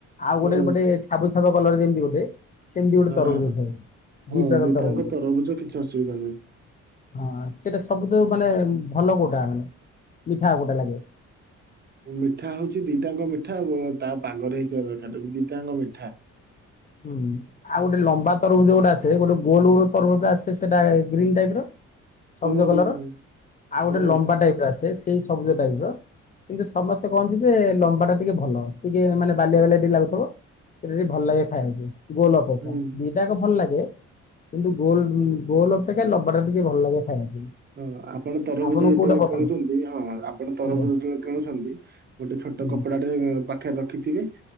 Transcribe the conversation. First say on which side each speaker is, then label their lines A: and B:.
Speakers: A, on the left; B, on the right.
A: ଆଉ
B: ହୁଁ
A: ଗୋଟେ ଗୋଟେ ଛାବୁ ଛାବୁଆ କଲର୍ ଯେମିତି ଗୋଟେ। ସେମତି ଗୋଟେ
B: ହଁ
A: ତରଭୁଜ
B: ହଁ
A: ଥାଏ।
B: ହଁ
A: ଦି ପ୍ରକାର
B: ଦିଟାଙ୍କ
A: ତରଭୁଜ।
B: କିଛି ଅସୁବିଧା ନାହିଁ।
A: ହଁ ସେଟା ସବୁଠୁ ମାନେ ଭଲ କୋଉଟା ମାନେ ମିଠା କୋଉଟା ଲାଗେ?
B: ମିଠା ହଉଛି ଦିଟାଙ୍କ ମିଠା ଉ, ତା ପାଗରେ ହେଇଥିବା ଦରକାର। ଦିଟାଙ୍କ ମିଠା।
A: ହୁଁ, ଆଉ ଗୋଟେ ଲମ୍ବା ତରଭୁଜ ଗୋଟେ ଆସେ ଗୋଟେ ଗୋଲ ଗୋଲ ତରଭୂଜ ଆସେ ସେଟା ଗ୍ରୀନ୍ ଟାଇପ୍ ର। ସବୁଜ
B: ହୁଁ
A: କଲର୍
B: ହୁଁ ହୁଁ
A: ଆଉ
B: ହଁ
A: ଗୋଟେ ଲମ୍ବା ଟାଇପ୍ ର ଆସେ ସେଇ ସବୁଜ ଟାଇପ୍ ର। କିନ୍ତୁ ସମସ୍ତେ କହନ୍ତି ଯେ ଲମ୍ବା ଟା ଟିକେ ଭଲ। ଟିକେ ମାନେ ବାଲିଆ ବାଲିଆ ଟିକେ ଲାଗୁଥିବ। ସେଟା ଟିକେ ଭଲ ଲାଗେ ଖାଇବା ପାଇଁ ଗୋଲ୍ ଅପେକ୍ଷା
B: ହୁଁ।
A: ଦିଟାକ ଭଲ ଲାଗେ। କିନ୍ତୁ ଗୋଲ ଉଁ, ଗୋଲ ଅପେକ୍ଷା ଲମ୍ବା ଟା ଟିକେ ଭଲ ଲାଗେ। ଖାଇବା ପାଇଁ।
B: ହଁ ଆପଣ ତରଭୁଜ
A: ଆପଣଙ୍କୁ
B: ଯେତେବେଳେ
A: କୋଉଟା ପସନ୍ଦ
B: କିଣୁଚନ୍ତି। ହଁ ଆପଣ ତରଭୁଜ
A: ଆଜ୍ଞା
B: ଯେତେବେଳେ କିଣୁଛନ୍ତି ଗୋଟେ ଛୋ ଟ
A: ହୁଁ
B: କପଡା ଟେ ପାଖରେ ରଖିଥିବେ।